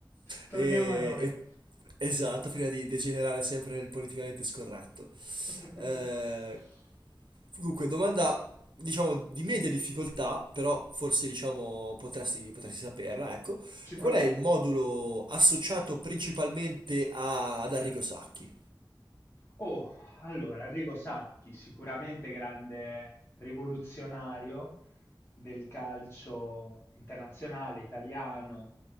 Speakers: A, on the left; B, on the right.
A: Torniamo
B: e-
A: a noi.
B: esatto, prima di degenerare sempre nel politicamente scorretto.
A: <laughs>
B: Eh, dunque, domanda diciamo di media difficoltà, però forse diciamo potresti, potresti saperla, ecco.
A: Ci proviamo.
B: Qual è il modulo associato principalmente a- ad Arrigo Sacchi?
A: Oh, allora, Arrigo Sacchi, sicuramente grande rivoluzionario del calcio internazionale italiano